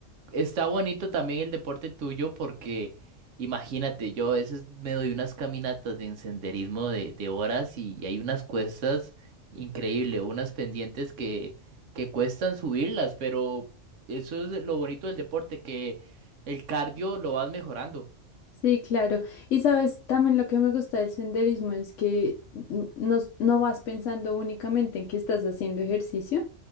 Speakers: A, on the right; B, on the left.
A: está bonito también el deporte tuyo porque imagínate, yo a veces me doy unas caminatas de senderismo de, de horas y hay unas cuestas increíbles, unas pendientes que, que cuestan subirlas, pero eso es lo bonito del deporte, que el cardio lo vas mejorando.
B: Sí, claro. Y sabes, también lo que me gusta del senderismo es que mm, no, no vas pensando únicamente en que estás haciendo ejercicio,